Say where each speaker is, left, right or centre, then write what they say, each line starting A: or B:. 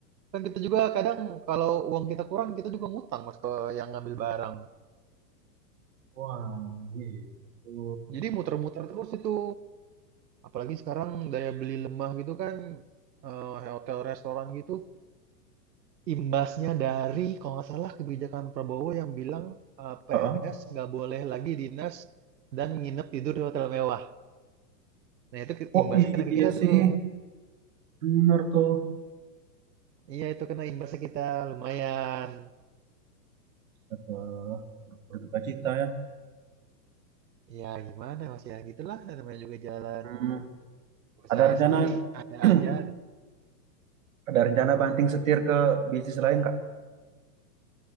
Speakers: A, on the right; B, on the right.
A: Kan kita juga kadang kalau uang kita kurang, kita juga ngutang Mas ke yang ngambil barang.
B: Wah, gitu.
A: Jadi muter-muter terus itu. Apalagi sekarang daya beli lemah gitu kan, eh, hotel restoran gitu. Imbasnya dari kalau nggak salah kebijakan Prabowo yang bilang, eee, PNS
B: Heeh.
A: nggak boleh lagi dinas dan nginep tidur di hotel mewah. Nah itu ke
B: Oh
A: imbasnya kena ke
B: iya
A: kita
B: sih,
A: tuh.
B: bener tuh.
A: Iya itu kena imbasnya kita, lumayan.
B: eh, berduka cita ya.
A: Ya gimana Mas ya, gitulah namanya juga jalan
B: Hmm,
A: usaha
B: ada rencana
A: sendiri, ada
B: <clears throat>
A: aja.
B: ada rencana banting setir ke bisnis lain Kak?